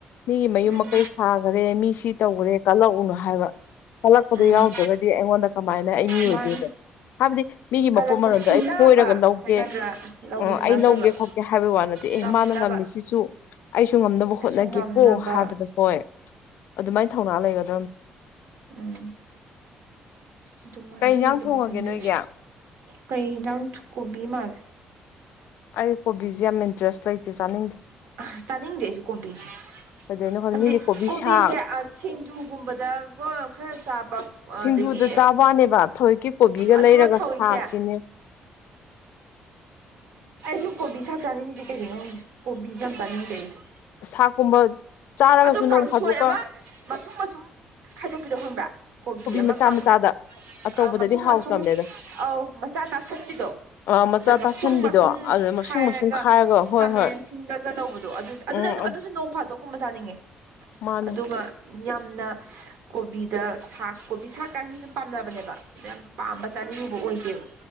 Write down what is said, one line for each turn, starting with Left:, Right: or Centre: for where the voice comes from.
Left: ꯃꯤꯒꯤ ꯃꯌꯨꯝ
Right: ꯎꯝ
Left: ꯃꯀꯩ ꯁꯥꯈꯔꯦ ꯃꯤ ꯁꯤ ꯇꯧꯒ꯭ꯔꯦ ꯀꯜꯂꯛꯎꯅꯣ ꯍꯥꯏꯕ ꯀꯜꯂꯛꯄꯗꯣ
Right: ꯎꯝ
Left: ꯌꯥꯎꯗ꯭ꯔꯒꯗꯤ ꯑꯩꯉꯣꯟꯗ ꯀꯃꯥꯏꯅ ꯑꯩ ꯃꯤ ꯑꯣꯏꯗꯣꯏꯅꯣ
Right: ꯃꯥꯅꯤ
Left: ꯍꯥꯏꯕꯗꯤ ꯃꯤꯒꯤ
Right: ꯀꯜꯂꯛꯄ
Left: ꯃꯄꯨꯞ ꯃꯔꯣꯟꯗꯣ
Right: ꯁꯤꯡꯅꯕ
Left: ꯑꯩ ꯀꯣꯏꯔꯒ ꯂꯧꯒꯦ
Right: ꯍꯥꯏꯒꯗ꯭ꯔꯥ ꯂꯧꯒꯦ
Left: ꯎ
Right: ꯍꯥꯏꯕ
Left: ꯑꯩ
Right: ꯅꯠꯇꯕ
Left: ꯂꯧꯒꯦ ꯈꯣꯠꯀꯦ ꯍꯥꯏꯕꯩ ꯋꯥ ꯅꯠꯇꯦ ꯑꯦ
Right: ꯉꯝꯅꯕ
Left: ꯃꯥꯅ ꯉꯝꯃꯤꯁꯤꯁꯨ ꯑꯩꯁꯨ ꯉꯝꯅꯕ ꯍꯣꯠꯅꯒꯦꯀꯣ
Right: ꯑꯩꯁꯨ ꯉꯝꯅꯕ
Left: ꯍꯥꯕꯗꯣ ꯍꯣꯏ ꯑꯗꯨꯃꯥꯏꯅ ꯊꯧꯅꯥ ꯂꯩꯒꯗꯝ
Right: ꯎꯝ ꯑꯗꯨꯃꯥꯏꯅ
Left: ꯀꯩ ꯏꯟꯖꯥꯡ
Right: ꯂꯩꯒꯗꯕꯅꯦ
Left: ꯊꯣꯡꯉꯒꯦ ꯅꯣꯏꯒꯤ
Right: ꯀꯩ ꯍꯤꯟꯖꯥꯡ ꯀꯣꯕꯤ ꯃꯥꯜꯂꯦ
Left: ꯑꯩ ꯀꯣꯕꯤꯖꯦ ꯌꯥꯝ ꯏꯟꯇꯔꯦꯁ ꯂꯩꯇꯦ ꯆꯥꯅꯤꯡꯗꯦ
Right: ꯑ ꯆꯥꯅꯤꯡꯗꯦ ꯑꯩꯁꯨ ꯀꯣꯕꯤꯖꯦ
Left: ꯀꯩꯗꯩꯅꯣ ꯈꯪꯗꯦ
Right: ꯍꯥꯏꯗꯤ
Left: ꯃꯤꯗꯤ ꯀꯣꯕꯤ
Right: ꯀꯣꯕꯤꯁꯦ
Left: ꯁꯥꯛ
Right: ꯁꯤꯡꯖꯨꯒꯨꯝꯕꯗꯒ ꯈꯔ ꯆꯥꯕ ꯑꯗꯒꯤ
Left: ꯁꯤꯡꯖꯨꯗ ꯆꯥꯕꯋꯥꯅꯦꯕ ꯊꯑꯣꯏꯀꯤ ꯀꯣꯕꯤꯒ
Right: ꯑꯗꯨꯒ
Left: ꯂꯩꯔꯒ
Right: ꯊꯧꯋꯣꯡꯀꯤ
Left: ꯁꯥꯛꯇꯤꯅꯦ
Right: ꯑꯩꯁꯨ ꯀꯣꯕꯤ ꯆꯥꯛ ꯆꯥꯅꯤꯡꯗꯦ ꯀꯩꯒꯤꯅꯣ ꯈꯪꯠꯦ ꯀꯣꯕꯤꯟꯖꯦ ꯌꯥꯝ ꯆꯥꯅꯤꯡꯗꯦ ꯑꯩꯖꯨ
Left: ꯁꯥꯛꯀꯨꯝꯕ ꯆꯥꯔꯒꯁꯨ
Right: ꯑꯗꯨ
Left: ꯅꯣꯡ
Right: ꯀꯥꯡꯁꯣꯏ
Left: ꯐꯥꯗꯣꯛꯀ
Right: ꯑꯃ ꯃꯁꯨꯡ ꯃꯁꯨꯝ ꯈꯥꯏꯗꯣꯛꯄꯤꯗꯣ ꯈꯪꯕ꯭ꯔꯥ ꯀꯣꯕꯤ ꯑꯃ
Left: ꯃꯆꯥ
Right: ꯀꯥꯡꯁꯣꯢ
Left: ꯃꯆꯥꯗ ꯑꯆꯧꯕꯗꯗꯤ
Right: ꯑ ꯃꯁꯨꯡ
Left: ꯍꯥꯎꯇꯝꯅꯦꯗ
Right: ꯃꯁꯨꯝ ꯑꯧ ꯃꯆꯥ ꯇꯥꯁꯟꯕꯤꯗꯣ
Left: ꯑ ꯃꯆꯥ
Right: ꯑꯗ ꯃꯁꯨꯡ
Left: ꯇꯥꯁꯟꯕꯤꯗꯣ
Right: ꯃꯁꯨꯡ
Left: ꯑꯗ ꯃꯁꯨꯡ
Right: ꯈꯥꯢꯔꯒ
Left: ꯃꯁꯨꯡ ꯈꯥꯏꯔꯒ ꯍꯣꯏ
Right: ꯈꯥꯃꯦꯟ
Left: ꯍꯣꯏ
Right: ꯐꯁꯤꯟꯕꯒ ꯇꯧꯕꯗꯣ ꯑꯗꯨꯗ
Left: ꯎꯝ
Right: ꯑꯗꯨꯁꯨ ꯅꯣꯡ ꯐꯥꯗꯣꯛꯀꯨꯝꯕ ꯆꯥꯅꯤꯡꯉꯦ
Left: ꯃꯥꯅꯦ
Right: ꯑꯗꯨꯒ ꯌꯥꯝꯅ ꯀꯣꯕꯤꯗ ꯁꯥꯛ ꯀꯣꯕꯤ ꯁꯥꯛ ꯀꯥꯏꯁꯤ ꯁꯨꯝ ꯄꯥꯝꯅꯕꯅꯦꯕ ꯑꯗꯨ ꯌꯥꯝ ꯄꯥꯝꯕ ꯆꯥꯅꯤꯡꯉꯨꯕ ꯑꯣꯏꯗꯦꯕ